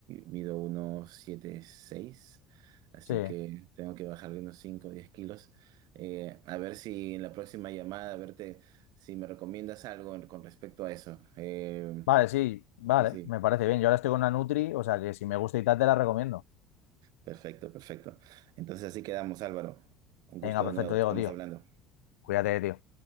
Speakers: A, on the right (about 65°); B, on the left (about 80°).
A: mido unos siete seis así
B: Sí,
A: que tengo que bajarle unos 5 o 10 kilos. Eh, a ver si en la próxima llamada, a verte si me recomiendas algo en- con respecto a eso. Eh,
B: vale, sí, vale,
A: sí, sí,
B: me parece bien. Yo ahora estoy con una Nutri, o sea que si me gusta y tal, te la recomiendo.
A: perfecto, perfecto. Entonces así quedamos, Álvaro. Un gusto
B: Venga,
A: de
B: perfecto,
A: nuevo,
B: Diego,
A: estamos
B: tío.
A: hablando.
B: Cuídate, tío.